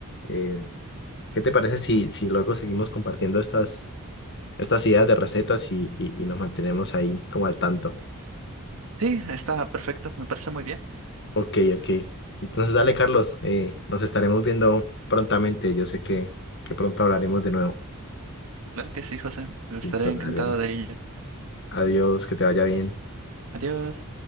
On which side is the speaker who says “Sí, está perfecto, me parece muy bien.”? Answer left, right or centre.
Right